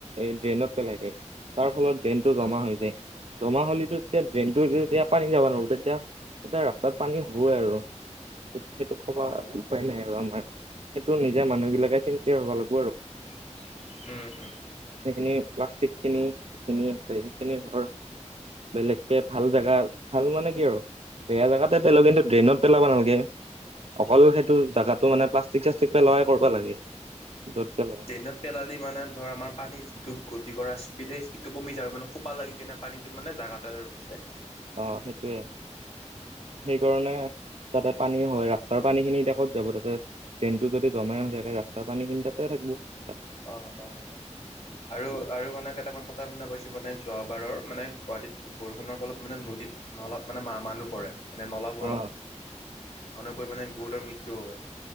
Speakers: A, on the right; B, on the left.
A: এই ড্ৰেইনত পেলাই দিয়ে তাৰ ফলত ড্ৰেইনটো জমা
B: উম।
A: হৈ যায়। জমা হ'লেতো এতিয়া ড্ৰেইনতো এতিয়া পানী যাব নোৱাৰো তেতিয়া তেতিয়া ৰাস্তাত পানী হবৈ আৰু সেইটো সবা
B: অ',
A: উপায় নাই আৰু আমাৰ সেইটো নিজে মানুহ বিলাকে চিন্তা হব লাগব আৰু
B: চে চিচু চিচু উম উম উ
A: সেইখিনি প্লাষ্টিক খিনি যিখিনি আছে সেইখিনি ধৰ বেলেগকে ভাল জেগা ভাল মানে কি আৰু বেয়া জেগাতে পেলো কিন্তু ড্ৰেইনত পেলাবা নালাগে। অকল সেইটো জাগাটো মানে প্লাষ্টিক-চাষ্টিক পেলাই কৰবা লাগে য'ত পেলাই।
B: ড্ৰেইনত পেলালি মানে ধৰ আমাৰ পানী যিটো গতি কৰা স্পীড সেই স্পীডটো কমি যায় মানে খোপা লাগি কিনে পানীটো মানে জাগাতে ৰখি যায়।
A: অ সেইটোৱে
B: উম।
A: সেইকাৰণে তাতে পানী হয় ৰাস্তাৰ পানী খিনি এতিয়া ক'ত যাব তাতে ড্ৰেনটো যদি জমাই হৈ থাকে ৰাস্তাৰ পানী খিনি তাতে থাকব।
B: অঁ অ, অ অ অ।
A: <inaudible>
B: আৰু আৰু মানে কেইটামান কথা শুনা পাইছোঁ মানে যোৱাবাৰৰ মানে গুৱাহাটীত বৰষুণৰ ফলত মানে নদীত নলাত মানে মা মানুহ পৰে মানে নলাবোৰত
A: অ
B: মানুহ পৰি মানে বহুতৰ মৃত্যু হয়।